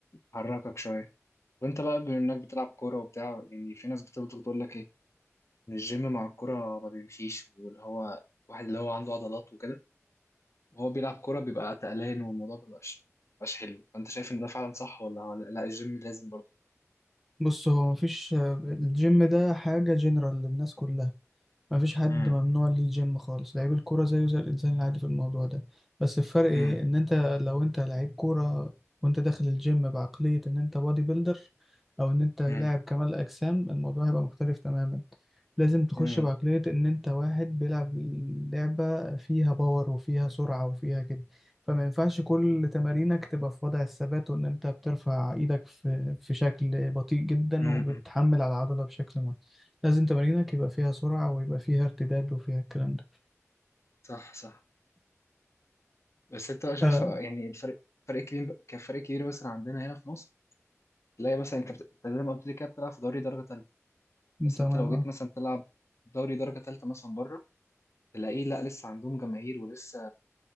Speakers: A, on the left; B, in the centre.
A: حركك شوية وأنت بقى بما إنك بتلعب كورة وبتاع يعني في ناس بتفضل تقول لك إيه إن الجيم مع الكورة ما بيمشيش واللي هو واحد اللي هو عنده عضلات وكده وهو بيلعب كورة بيبقى تقلان والموضوع مبيبقاش مبيبقاش حلو أنت شايف إن ده فعلا صح ولا ولا لا الجيم لازم برضه
B: بص هو مفيش آه، الجيم ده حاجة جنرال للناس كلها مفيش حد
A: م-
B: ممنوع ليه الجيم خالص لعيب الكورة زيه زي الإنسان العادي في الموضوع ده بس الفرق إيه
A: م-
B: إن أنت لو أنت لعيب كورة وأنت داخل الجيم بعقلية إن أنت بودي بيلدر أو إن أنت لاعب
A: امم
B: كمال أجسام الموضوع هيبقى مختلف تماما لازم تخش
A: امم
B: بعقلية إن أنت واحد بيلعب لعبة فيها باور وفيها سرعة وفيها كده فما ينفعش كل تمارينك تبقى في وضع الثبات وإن أنت بترفع إيدك في في شكل بطيء جدا
A: م-
B: وبتحمل
A: م.
B: على العضلة بشكل معين لازم تمارينك يبقى فيها سرعة ويبقى فيها ارتداد وفيها الكلام ده
A: صح صح بس انت بقى شايف
B: آه
A: يعني الفرق فرق كبير كان فرق كبير مثلا عندنا هنا في مصر تلاقي مثلا انت بت- أنت زي ما قلت لي كده بتلعب في دوري درجه ثالثه بس
B: تمام
A: انت لو جيت
B: اه
A: مثلا تلعب دوري درجه ثالثه مثلا بره تلاقيه لا لسه عندهم جماهير ولسه